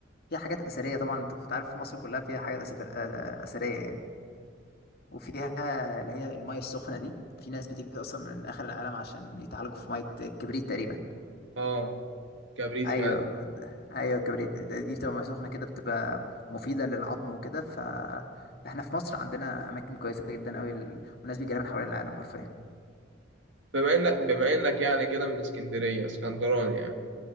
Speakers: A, on the left; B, on the right.
A: فيها حاجات اثريه طبعا انت أنت عارف مصر كلها فيها حاجات أسفر- اثريه يعني وفيها اللي هي الميه السخنه دي في ناس بتيجي اصلا من اخر العالم عشان يتعالجوا في ميه الكبريت تقريبا
B: اه كبريت
A: ايوه
B: فعلا
A: د- ايوه الكبريت ده- دي بتبقى ميه سخنه كده بتبقى مفيده للعظم وكده فاحنا في مصر عندنا اماكن كويسه جدا قوي ال... والناس بيجي لها من حوالين العالم حرفيا
B: بما انك بما انك يعني كده من اسكندريه اسكندراني يعني